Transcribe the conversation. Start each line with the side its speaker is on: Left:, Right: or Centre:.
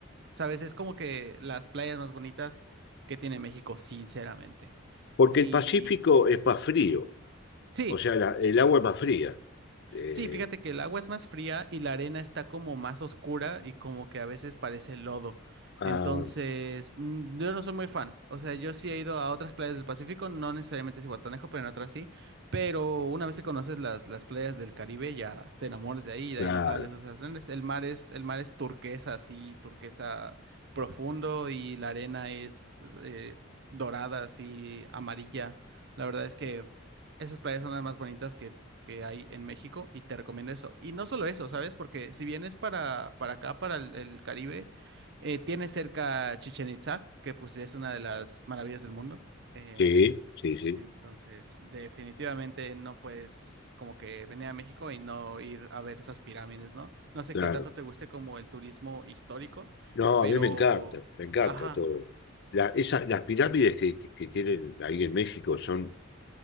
Right: ¿sabes? Es como que las playas más bonitas que tiene México, sinceramente.
Left: Porque
Right: Y
Left: el Pacífico es más frío,
Right: sí.
Left: o sea, la- el agua es más fría. Eh,
Right: Sí, fíjate que el agua es más fría y la arena está como más oscura y como que a veces parece lodo.
Left: ah,
Right: Entonces, mm, yo no soy muy fan. O sea, yo sí he ido a otras playas del Pacífico, no necesariamente Cihuatanejo, pero en otras sí. Pero una vez que conoces las, las playas del Caribe, ya te enamoras de ahí y de
Left: claro,
Right: ahí no sales. O sea, es- el mar es, el mar es turquesa, así, turquesa profundo y la arena es eh, dorada, así, amarilla. La verdad es que esas playas son las más bonitas que que hay en México y te recomiendo eso. Y no solo eso, ¿sabes? Porque si vienes para, para acá, para el, el Caribe, eh, tienes cerca Chichen Itza, que pues es una de las maravillas del mundo. Eh,
Left: sí, sí, sí,
Right: entonces, definitivamente no puedes como que venir a México y no ir a ver esas pirámides, ¿no? No sé
Left: claro.
Right: qué tanto te guste como el turismo histórico,
Left: No,
Right: pero...
Left: a mí me encanta, me encanta
Right: Ajá.
Left: todo. La- esa- las pirámides que, que tienen ahí en México son